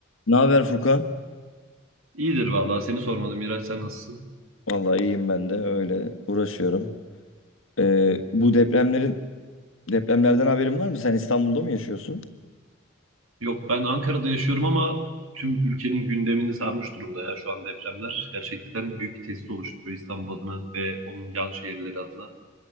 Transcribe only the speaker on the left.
Ne haber Furkan?
Vallahi iyiyim ben de öyle uğraşıyorum. Ee, bu depremlerin depremlerden haberin var mı? Sen İstanbul'da mı yaşıyorsun?